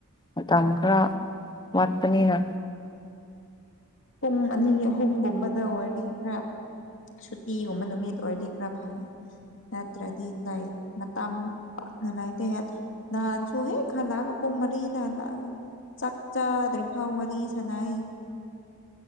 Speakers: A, on the left (about 20°); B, on the left (about 60°).
A: ꯃꯇꯝ ꯈꯔ ꯋꯥꯠꯄꯅꯤꯅ꯫
B: ꯄꯨꯡ ꯑꯅꯤ ꯑꯍꯨꯝꯒꯨꯝꯕꯗ ꯑꯣꯏꯔꯗꯤ ꯈꯔ꯫ ꯁꯨꯇꯤꯒꯨꯝꯕ ꯅꯨꯃꯤꯠ ꯑꯣꯏꯔꯗꯤ ꯈ꯭ꯔ ꯐꯩꯌꯦ꯫ ꯅꯠꯇ꯭ꯔꯥꯗꯤ ꯅꯩ ꯃꯇꯝ ꯅꯂꯩꯗ꯭ꯔꯥ ꯌꯥꯗꯦ꯫ ꯅꯍꯥꯟꯁꯨ ꯍꯦꯛ ꯈꯜꯂꯑꯒ ꯄꯨꯡ ꯃꯔꯤꯗ ꯍꯜꯂꯛꯑꯒ ꯆꯥꯛ ꯆꯥꯗ꯭ꯔꯤꯐꯥꯎ ꯋꯥꯔꯤ ꯁꯥꯟꯅꯩ